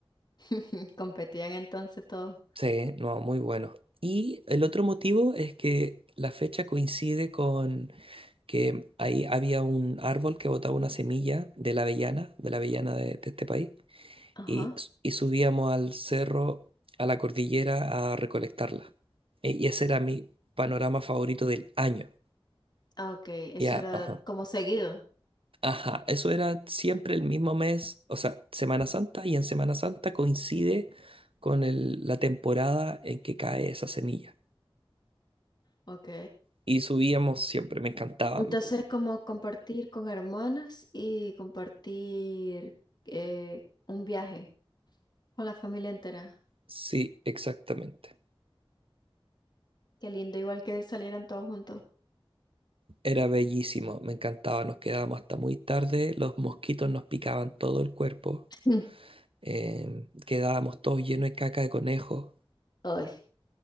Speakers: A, on the left; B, on the right.
A: <laughs> Competían entonces todos.
B: Sí, no, muy bueno. Y el otro motivo es que la fecha coincide con que ahí había un árbol que botaba una semilla de la avellana, de la avellana de, de este país,
A: Ajá.
B: y, s- y subíamos al cerro, a la cordillera, a recolectarla. E- Y ese era mi panorama favorito del año.
A: Ah, ok. Eso
B: Ya,
A: era
B: ajá.
A: como seguido.
B: Ajá, eso era siempre el mismo mes, o sea, Semana Santa, y en Semana Santa coincide con el- la temporada en que cae esa semilla.
A: Ok.
B: Y subíamos siempre, me encantaban.
A: Entonces, como compartir con hermanas y compartir eh, un viaje con la familia entera.
B: Sí, exactamente.
A: Qué lindo, igual que salieran todos juntos.
B: Era bellísimo, me encantaba. Nos quedábamos hasta muy tarde, los mosquitos nos picaban todo el cuerpo,
A: Mm.
B: eh, quedábamos todos llenos de caca de conejo.
A: Ay,